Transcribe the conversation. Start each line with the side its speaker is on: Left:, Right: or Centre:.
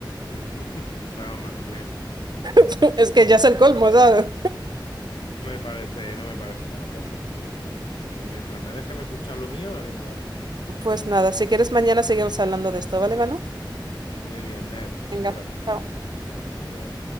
Left: <laughs> Vamos, me lo creo.
Right: <laughs> Es que ya es el colmo, ¿sabes?
Left: No me parece, no me parece para tanto, pero bueno, yo qué sé. A mí mientras me dejen escuchar lo mío, a mí me vale.
Right: Pues nada, si quieres mañana seguimos hablando de esto, ¿vale, Manu?
Left: Muy bien, Ner.
Right: Venga,
Left: Un abrazo.
Right: chao.
Left: Hasta luego.